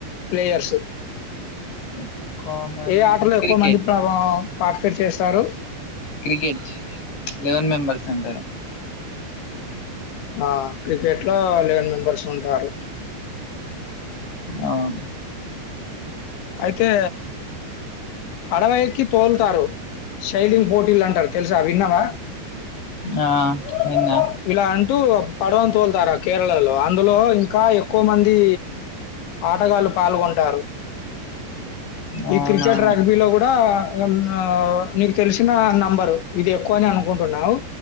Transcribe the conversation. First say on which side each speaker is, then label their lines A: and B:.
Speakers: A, on the left (about 85°); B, on the left (about 75°).
A: ప్లేయర్స్
B: ఎక్కువ మంది
A: ఏ ఆటలో ఎక్కువ
B: క్రికెట్
A: మంది పార్టిసిపేట్ చేస్ తరు
B: క్రికెట్ లెవెన్ మెంబర్స్ అంటారు
A: ఆ క్రికెట్ లో లెవెన్ మెంబర్స్ ఉంటారు
B: అవున్
A: అయితే పడవ ఎక్కి తోలుతారు శైలింగ్ పోటీలు అంటారు తెలుసా విన్నావా
B: ఆ విన్నా
A: ఇలా అంటూ పడవని తోలుతారు కేరళలో అందులో ఇంకా ఎక్కువ మంది ఆటగాళ్ళ పాల్గొం టారు
B: అవునా
A: ఈ క్రికెట్ రాగ్బీ లో కూడా <unintelligible> నీకు తెలిసిన నంబరు ఇది ఎక్కువనే అనుకుంటున్నావు